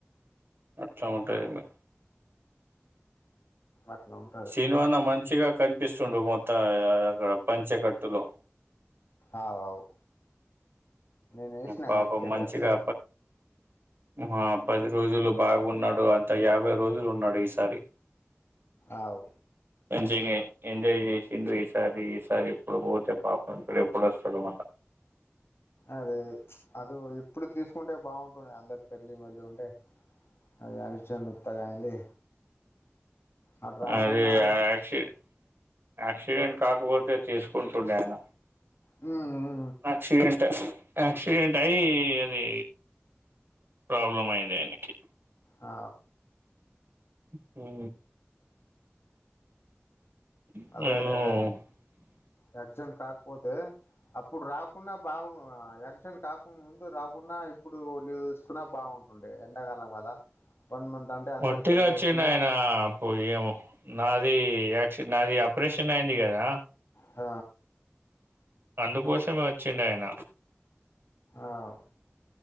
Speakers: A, on the right; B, on the left.
A: అట్లా ఉంట <unintelligible>
B: అట్లా ఉంటది
A: సినిమాన మంచిగా కనిపిస్తుండు మొత్తం త అక్కడ పంచకట్టులో
B: అవు అవు నేను వేసిన
A: పాపం
B: స్టేటస్
A: మంచిగా హుఅ పది రోజులు బాగున్నాడు అంత యాభై రోజులు ఉన్నాడు ఈసారి
B: అవు
A: ఎంజమె ఎంజాయ్ చేసిండడు ఈసారి ఈసారి ఇప్పుడు పోతే పాపం ఇప్పుడు ఎప్పుడు వస్తాడొ మల్ల
B: అదే అదో చె ఇప్పుడు తీసుకుంటే బాగుంటుంది అందరు పెళ్లి మళ్ల్లి ఉంటే అది అరిచెను ఉత్తగా అయింది అటు రాకుండా
A: అదే యాక్షడ్ యాక్సిడెంట్ కాకపోతే తీసుకుంటుండే ఆయన
B: హుమ్మ్
A: ఆక్సిడెంట్ యాక్సిడెంట్ అయ్యి అది ప్రాబ్లం అయియంది ఆయనకి
B: ఆ
A: హు <unintelligible>
B: అదే యాక్సిడెంట్ కాకపోతే అప్పుడు రాకుండా బాగు యాక్సిడెంట్ కాకుండా ముందు రాకుండా ఇప్పుడు లీవ్ తీసుకున్నా బాగుంటుండే ఎండ కాలం కదా వన్ మంత్ అంటే అందరు
A: వట్టిగా
B: పెళ్ళి
A: వచ్చిండ
B: అయితుండే
A: ఆయన పో ఏమే నాది నాది ఆపరేషన్ అయింది కదా
B: ఆ
A: అందుకోసమే వచ్చిండ ఆయన
B: ఆవు